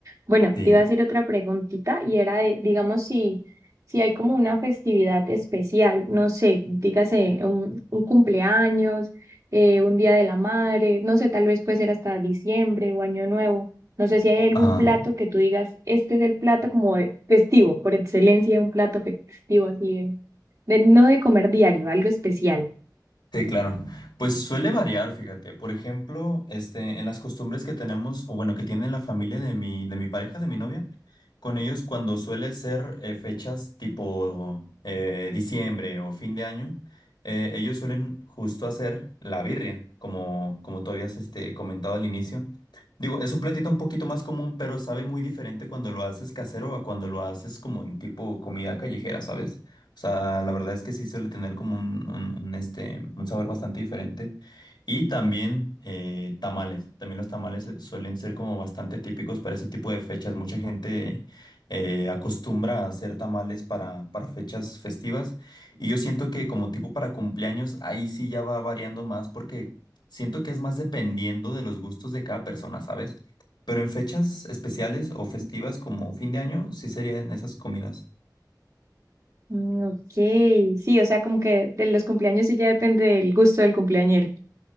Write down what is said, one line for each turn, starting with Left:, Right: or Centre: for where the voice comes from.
Right: Bueno,
Left: Sí.
Right: te iba a hacer otra preguntita y era de, digamos, si, si hay como una festividad especial, no sé, dígase un, un cumpleaños, eh, un día de la madre, no sé, tal vez puede ser hasta diciembre o año nuevo. No sé si hay algún
Left: Ajá.
Right: plato que tú digas, este es el plato como de festivo, por excelencia, un plato festivo así de, de- no de comer diario, algo especial.
Left: Sí, claro. Pues suele variar, fíjate. Por ejemplo, este, en las costumbres que tenemos, o bueno, que tiene la familia de mi, de mi pareja, de mi novia, con ellos cuando suele ser eh, fechas tipo eh, diciembre o fin de año, eh, ellos suelen justo hacer la birria, como, como tú habías este, comentado al inicio. Digo, es un platito un poquito más común, pero sabe muy diferente cuando lo haces casero a cuando lo haces como en tipo comida callejera, ¿sabes? O sea, la verdad es que sí suele tener como un, un- un, este, un sabor bastante diferente. Y también eh, tamales. También los tamales eh, suelen ser como bastante típicos para ese tipo de fechas. Mucha gente eh, acostumbra a hacer tamales para, para fechas festivas. Y yo siento que como tipo para cumpleaños, ahí sí ya va variando más porque siento que es más dependiendo de los gustos de cada persona, ¿sabes? Pero en fechas especiales o festivas como fin de año, sí serían esas comidas.
Right: Mm, Ok, sí, o sea, como que de los cumpleaños sí ya depende del gusto del cumpleañero.